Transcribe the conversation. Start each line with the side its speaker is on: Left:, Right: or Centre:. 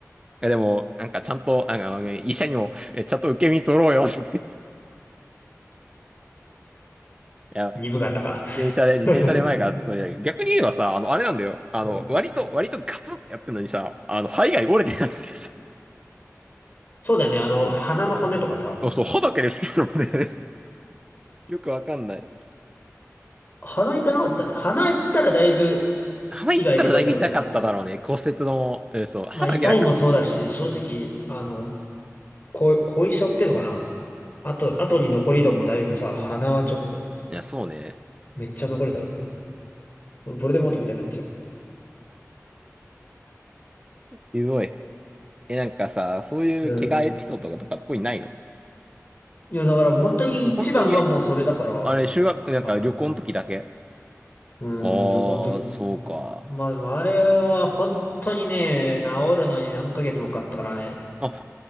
Right: え、でも、なんかちゃんと、なんか、ね、医者にも、え、ちゃんと受け身取ろうよって。<laughs> いや、
Left: 鈍かったか。
Right: 電車で、自転車で前から突っ込んでない、
Left: <laughs>
Right: 逆に言えばさ、あの、あれなんだよ。あの、
Left: うん。
Right: 割と、割とガツってやってんのにさ、あの、肺が折れてなくてさ。
Left: そうだよね。あの、
Right: うんあ
Left: 鼻の骨とかさ。
Right: そう、そう歯だけですけどね。<laughs> よくわかんない。
Left: 鼻行かなかったね。鼻行ったらだいぶ
Right: 鼻行ったらだいぶ痛かっただろうね。
Left: 被害でかいだろうけど。
Right: 骨折の、え、そう、歯だけだから。
Left: まあ、痛いもそうだし、正直、あの、後、後遺症っていうのかな。あと、後に残り度もだいぶさ、鼻はちょっと、
Right: いや、そうね。
Left: めっちゃ残るだろうけど。ボルデモートみたいになっちゃう。
Right: ひどい。え、なんかさ、そういう怪我エピソードとか特にないの
Left: うん。いや、だから本当に一番はもうそれだから、
Right: 本当に、あれ、修学、なんか旅行の時だけ。
Left: 多分。うん、
Right: ああ、
Left: 旅行の時。
Right: そうか。
Left: まあでもあれは本当にね、治るのに何ヶ月もかかったからね。
Right: あ、